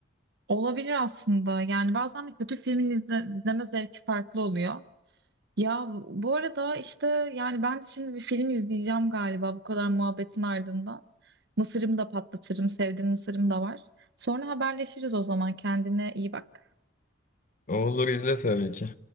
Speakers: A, on the right; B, on the left.
A: Olabilir aslında. Yani bazen de kötü filmin izle- izleme zevki farklı oluyor. Ya bu arada işte yani ben de şimdi bir film izleyeceğim galiba bu kadar muhabbetin ardından. Mısırımı da patlatırım. Sevdiğim mısırım da var. Sonra haberleşiriz o zaman. Kendine iyi bak.
B: Olur izle tabii ki.